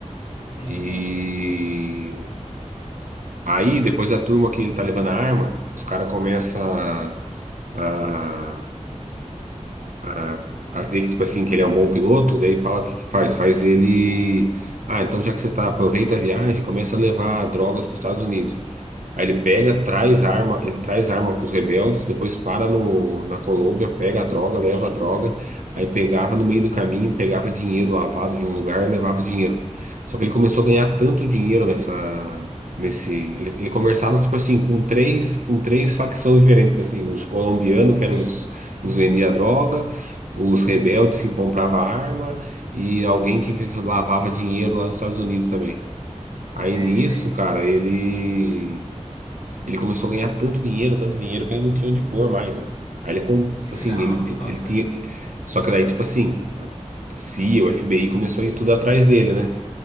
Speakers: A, on the left; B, on the right.
A: Sim,
B: E
A: sim,
B: aí, depois da turma que ele tá levando a arma, os caras começam a, a, a, a ver que, tipo assim, que ele é um bom piloto, daí fala o que que faz? Faz ele. Ah, então já que você tá, aproveita a viagem, começa a levar drogas para os Estados Unidos. Aí ele pega, traz arma, ele traz arma para os rebeldes, depois para no, na Colômbia, pega a droga, leva a droga, aí pegava no meio do caminho, pegava dinheiro lavado de um lugar, e levava dinheiro. Só que ele começou a ganhar tanto dinheiro nessa, nesse, ele, ele conversava tipo assim com três, com três facções diferentes, tipo assim, os colombianos que eram
A: sim,
B: os, os vendia droga, os rebeldes que comprava arma e alguém que lavava dinheiro lá nos Estados Unidos também.
A: sei,
B: Aí nisso,
A: sei.
B: cara, ele ele começou a ganhar tanto dinheiro, tanto dinheiro, que ele não tinha onde pôr mais, né? Aí ele, com-
A: Que legal,
B: assim, ele,
A: olha.
B: ele tinha. Só que daí, tipo assim, a a CIA, o FBI começou a ir tudo atrás dele, né?